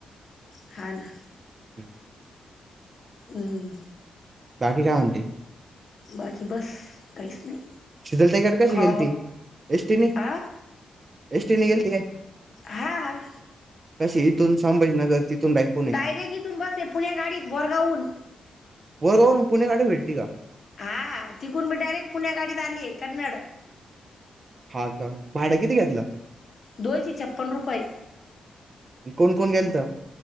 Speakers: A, on the left; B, on the right.
A: हा ना
B: हम्म.
A: हम्म.
B: बाकी काय म्हणते.
A: बाकी बस काहीच नाही.
B: शितल ताईकडे कशी
A: खा
B: गेलती एसटीनी
A: आ
B: एसटीने गेलती काय.
A: हा.
B: कशी इथून संभाजीनगर तिथून पुणे
A: डायरेक्ट इथून बस ये पुणे गाडीत बोरगाव हुन.
B: बोरगावहुन पुणे गाडी भेटती का?
A: हा तिकून मी डायरेक्ट पुण्या गाडीत आली आहे कन्नड.
B: हा का भाडं किती घेतलं.
A: दोनशे छप्पन्न रुपये.
B: कोण कोण गेलथ.